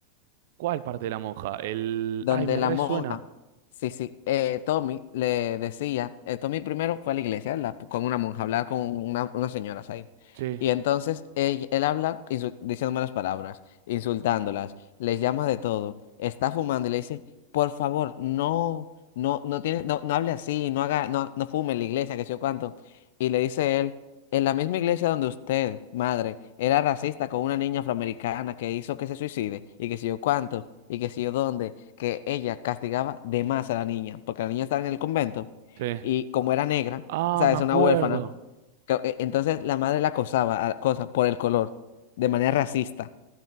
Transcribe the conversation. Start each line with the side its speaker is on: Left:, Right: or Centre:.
Right: ¿Cuál parte de la monja? El...
Left: donde
Right: Ay, me
Left: la
Right: resuena.
Left: monja, sí, sí, eh, Tommy le decía, eh, Tommy primero fue a la iglesia, ¿verdad? Pu- Con una monja, a hablar con una- unas señoras ahí.
Right: Sí,
Left: Y entonces él, él habla insu- diciendo malas palabras, insultándolas, les llama de todo, está fumando y le dice, por favor, no, no, no tiene, no, no hable así, no haga, no, no fume en la iglesia, que sé yo cuánto. Y le dice él, en la misma iglesia donde usted, madre, era racista con una niña afroamericana que hizo que se suicide, y que sé yo cuánto, y que sé yo dónde que ella castigaba de más a la niña, porque la niña estaba en el convento
Right: sí.
Left: y como era negra,
Right: Ah,
Left: sabes,
Right: me acuerdo.
Left: una Ah, huérfana, bueno. que- e- entonces la madre la acosaba a- cosa, por el color, de manera racista,